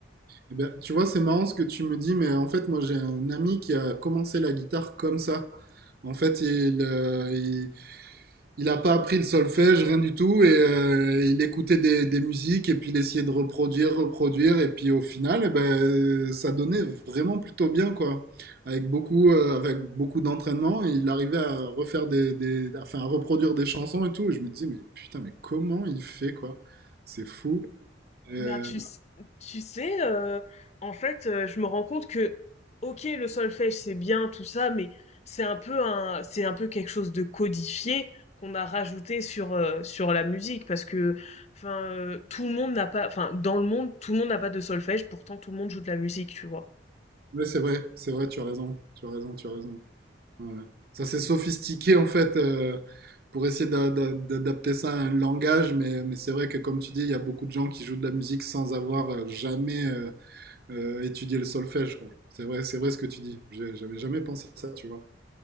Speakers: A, on the right (about 55°); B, on the left (about 35°).
A: Eh ben, tu vois, c'est marrant ce que tu me dis, mais en fait, moi j'ai un ami qui a commencé la guitare comme ça. En fait, il, euh, il- il n'a pas appris le solfège, rien du tout, et euh, il écoutait des, des musiques, et puis il essayait de reproduire, reproduire, et puis au final, eh ben, ça donnait vraiment plutôt bien, quoi. Avec beaucoup, euh, avec beaucoup d'entraînement, il arrivait à refaire des, des, enfin, à reproduire des chansons et tout, et je me disais, mais putain, mais comment il fait, quoi? C'est fou. Euh,
B: Ben, tu, s- tu sais, euh, en fait, euh, je me rends compte que, ok, le solfège, c'est bien, tout ça, mais c'est un peu un, c'est un peu quelque chose de codifié qu'on a rajouté sur, euh, sur la musique, parce que, enfin, euh, tout le monde n'a pas, enfin, dans le monde, tout le monde n'a pas de solfège, pourtant tout le monde joue de la musique, tu vois.
A: ouais, c'est vrai, c'est vrai, tu as raison, tu as raison, tu as raison. Ouais. Ça, c'est sophistiqué en fait euh, pour essayer d'a- d'a- d'adapter ça à un langage, mais, mais c'est vrai que comme tu dis, il y a beaucoup de gens qui jouent de la musique sans avoir euh, jamais euh, euh, étudié le solfège, quoi. C'est vrai, c'est vrai ce que tu dis. J'ai- J'avais jamais pensé à ça, tu vois.